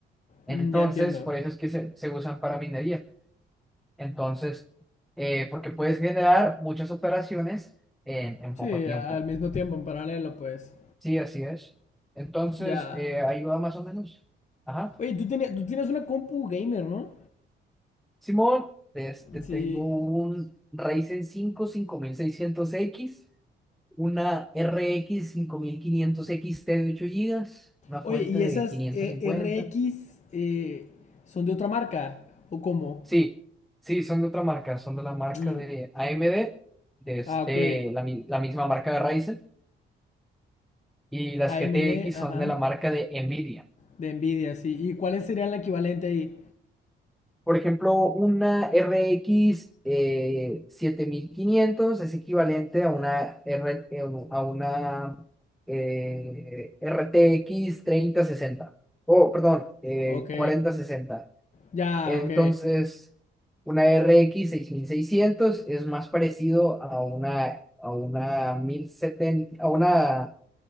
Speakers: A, in the centre; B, on the left.
A: Entonces,
B: mm, ya entiendo.
A: por eso es que se, se usan para minería. Entonces, eh, porque puedes generar muchas operaciones en en
B: Sí,
A: poco tiempo.
B: a- al mismo tiempo, en paralelo, pues.
A: Sí, así es. Entonces,
B: Ya.
A: eh, ahí va más o menos. Ajá.
B: Oye, tú, tenías- tú tienes una compu gamer, ¿no?
A: Simón, este,
B: Sí.
A: tengo un Ryzen 5 5600X, una RX 5500XT de 8 gigas, una fuente
B: Oye, ¿y
A: de
B: esas
A: quinientos
B: eh,
A: cincuenta.
B: R X eh, son de otra marca? ¿O cómo?
A: Sí, sí, son de otra marca, son de la marca
B: Mm,
A: de AMD, de este,
B: ah, ok.
A: la, mi- la misma marca de Ryzen, y las
B: A
A: GTX
B: M D ajá.
A: son de la marca de Nvidia.
B: De Nvidia, sí. ¿Y cuál sería el equivalente ahí?
A: Por ejemplo, una r RX eh, 7500 es equivalente a una, R, eh, a una eh, R T X treinta sesenta Oh, perdón, eh,
B: Ok,
A: cuarenta sesenta
B: ya,
A: Entonces,
B: ok,
A: una r x seis mil seiscientos es más parecido a una, a una 1070, a una